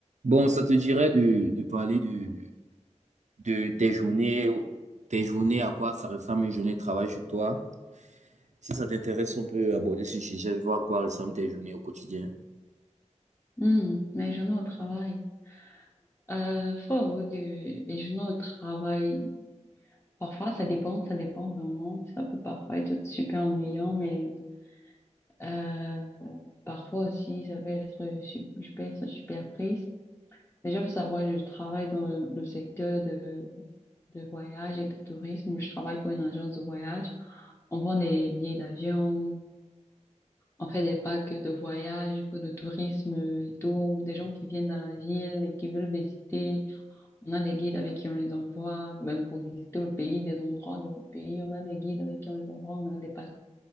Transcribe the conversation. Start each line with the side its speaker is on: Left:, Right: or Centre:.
Right: Bon, ça te dirait de, de parler de, de tes journées, tes journées, à quoi ça ressemble une journée de travail chez toi? Si ça t'intéresse, on peut aborder ce sujet, voir à quoi ressemblent tes journées au quotidien.
Left: Hmm, mes journées au travail. Euh, faut avouer que mes journées au travail, parfois ça dépend, ça dépend vraiment. Ça peut parfois être super ennuyant, mais euh, parfois aussi ça peut être, su- je peux être super prise. Déjà, faut savoir, je travaille dans le, le secteur de, de voyage et de tourisme. Je travaille pour une agence de voyage. On vend des billets d'avion, on fait des packs de voyage pour le tourisme et tout, des gens qui viennent dans la ville et qui veulent visiter. On a des guides avec qui on les envoie, même pour visiter le pays, des endroits de pays. On a des guides avec qui on les envoie. On a des packs,